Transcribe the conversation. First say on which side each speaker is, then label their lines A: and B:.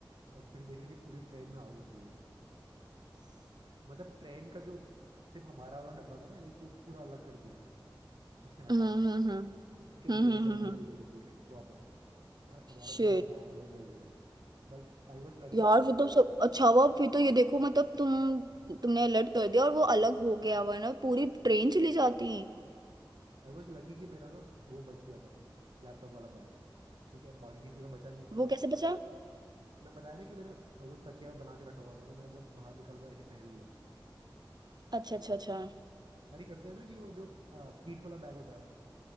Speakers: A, on the right; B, on the right.
A: और फिर देख रहे कि पूरी ट्रेन में आग लग गई है मतलब ट्रेन का जो सिर्फ हमारा वाला डब्बा था ना एक वो पूरा अलग कर दिया उससे हटा
B: हम्म हम्म
A: तो
B: हम्म
A: उसके दो
B: हम्म
A: डब्बे
B: हम्म
A: जल गए थे पूरे प्रॉपर और हमारा
B: शिट
A: पूरा बैग वैग जल गए थे But I was lucky
B: यार फिर तो सब अच्छा हुआ फिर तो ये देखो मतलब तुम तुमने अलर्ट कर दिया और वो अलग हो गया वरना पूरी ट्रेन चली जाती
A: I was lucky कि मेरा ना वो बच गया था लैपटॉप वाला बैग ठीक है बाकी किसी का बचा नहीं
B: वो कैसे बचा
A: मैं बताया ना कि मैंने वो तकिया बना के रखा हुआ था तो मैं जब बाहर निकला था ऐसे ही पहन लिया
B: अच्छा
A: चलते
B: अच्छा अच्छा
A: चलते अरे करते हैं ना कि वो जो अ, पीठ वाला बैग होता है